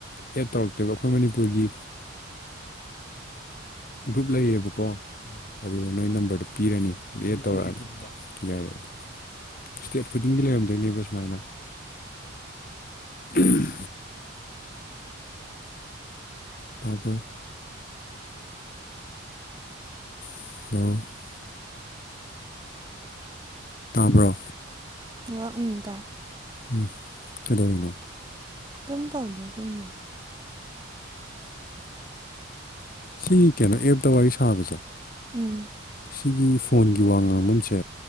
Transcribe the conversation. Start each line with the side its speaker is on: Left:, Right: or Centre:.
Left: ꯑꯦꯠ ꯇꯧꯔꯛꯇꯣꯏꯕ ꯑꯩꯈꯣꯏ ꯃꯅꯤꯄꯨꯔꯒꯤ ꯒ꯭ꯔꯨꯞ ꯂꯩꯌꯦꯕꯀꯣ ꯑꯗꯨꯗ ꯅꯣꯏ ꯅꯝꯕꯔꯗꯨꯣ ꯄꯤꯔꯅꯤ ꯑꯗꯨ ꯇꯧꯔꯛꯑꯅꯤ ꯌꯥꯏꯦ ꯌꯥꯏ ꯏꯁꯇꯦꯠ ꯈꯨꯗꯤꯡꯒꯤ ꯂꯩꯔꯝꯗꯣꯏꯅꯦꯕ ꯁꯨꯃꯥꯏꯅ ꯎꯝ ꯇꯕꯣ <unintelligible> ꯇꯥꯕ꯭ꯔꯣ
Right: ꯂ ꯎ ꯇꯥ
Left: ꯎꯝ ꯀꯩꯗꯧꯔꯤꯅꯣ
Right: ꯀꯩꯝ ꯇ ꯍꯗ ꯇꯝ ꯂꯩ
Left: ꯁꯤ ꯀꯩꯅꯣ ꯑꯦꯞꯇ ꯋꯥꯔꯤ ꯁꯥꯕꯁꯦ
Right: ꯎꯝ
Left: ꯁꯤꯒꯤ ꯐꯣꯟꯒꯤ ꯋꯥ ꯉꯥꯡꯐꯝꯁꯦ